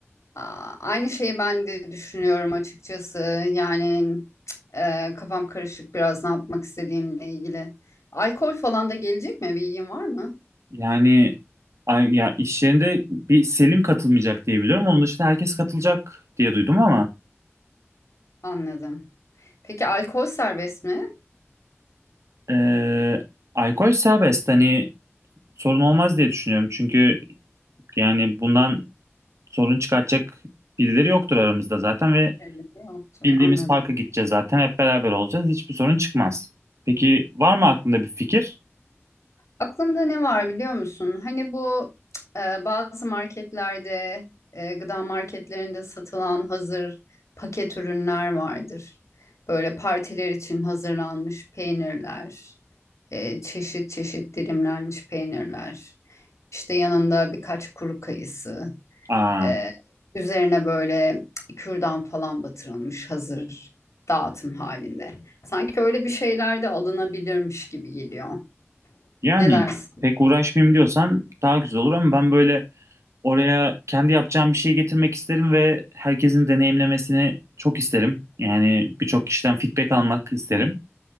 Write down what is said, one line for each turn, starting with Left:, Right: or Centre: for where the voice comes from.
Left: Aa, aynı şeyi ben de düşünüyorum açıkçası. Yani e, kafam karışık biraz ne yapmak istediğimle ilgili. Alkol falan da gelecek mi? Bilgin var mı?
Right: Yani ay, ya iş yerinde bir Selim katılmayacak diye biliyorum. Onun dışında herkes katılacak diye duydum ama
Left: Anladım. Peki alkol serbest mi?
Right: e, alkol serbest. Hani sorun olmaz diye düşünüyorum. Çünkü yani bundan sorun çıkartacak birileri yoktur aramızda zaten ve
Left: Evet, yoktur.
Right: Bildiğimiz
Left: Anladım.
Right: parka gideceğiz zaten. Hep beraber olacağız. Hiçbir sorun çıkmaz. Peki var mı aklında bir fikir?
Left: Aklımda ne var biliyor musun? Hani bu e, bazı marketlerde, e, gıda marketlerinde satılan hazır paket ürünler vardır. Böyle partiler için hazırlanmış peynirler, e, çeşit çeşit dilimlenmiş peynirler. İşte yanında birkaç kuru kayısı,
Right: Aa,
Left: e, üzerine böyle kürdan falan batırılmış hazır dağıtım halinde. Sanki öyle bir şeyler de alınabilirmiş gibi geliyor.
Right: yani
Left: Ne dersin?
Right: pek uğraşmayayım diyorsan daha güzel olur ama ben böyle oraya kendi yapacağım bir şey getirmek isterim ve herkesin deneyimlemesini çok isterim. Yani birçok kişiden feedback almak isterim.